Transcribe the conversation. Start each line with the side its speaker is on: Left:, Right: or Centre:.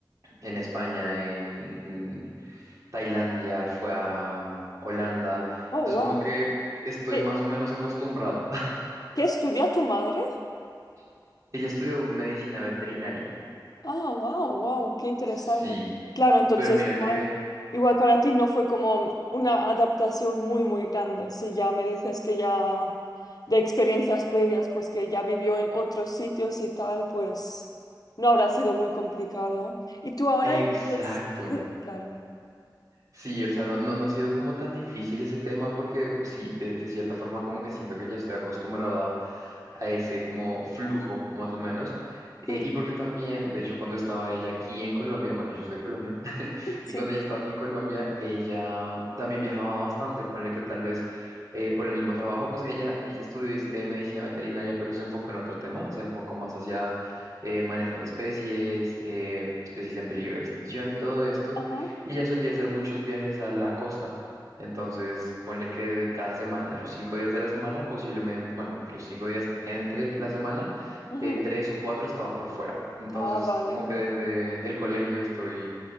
Right: en España, en, en Tailandia, fue a um, Holanda.
Left: Oh,
Right: Entonces,
Left: wow.
Right: como que estoy
Left: ¿Qué,
Right: más o menos acostumbrado.
Left: qué estudia tu madre?
Right: <laughs> Ella estudió medicina veterinaria,
Left: Ah, wow, wow, qué interesante.
Right: sí,
Left: Claro, entonces
Right: pero mira
Left: igual,
Right: que...
Left: igual para ti no fue como una adaptación muy, muy grande. Si ya me dices que ya de experiencias previas, pues que ya vivió en otros sitios y tal, pues no habrá sido muy complicado. Y tú ahora
Right: Exacto.
Left: entonces, <laughs> claro.
Right: Sí, o sea, no, no, no ha sido como tan difícil ese tema porque, pues sí, de, de cierta forma como que siento que ya estoy acostumbrado a, a ese como flujo, más o menos. Eh,
Left: Mm,
Right: y porque también, de hecho, cuando estaba ella aquí en Colombia, bueno, yo soy de Colombia,
Left: Sí,
Right: y cuando ella estaba aquí en Colombia, ella también viajaba bastante, ponle que tal vez eh, por el mismo trabajo, pues ella, ella estudió eh, medicina veterinaria, pero se enfocó en otro tema, se enfocó más hacia eh, manejo de especies, eh, especies en peligro de extinción y todo esto.
Left: ajá.
Right: Y ella solía hacer muchos viajes a la costa. Entonces, ponle que de cada semana, de los cinco días de la semana, posiblemente, bueno, de los cinco días entre la semana,
Left: ujú.
Right: eh, tres o cuatro estaba por fuera. Entonces,
Left: Ah, vale.
Right: como que desde el colegio estoy